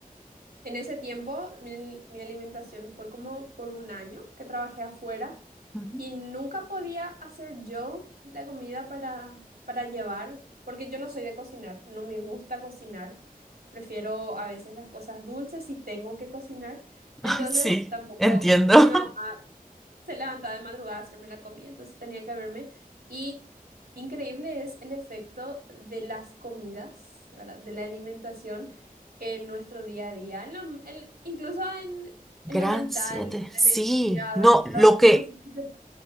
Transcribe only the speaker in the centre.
Ujú.
<laughs>
sí,
entiendo.
Gran
7.
Sí,
no, lo que,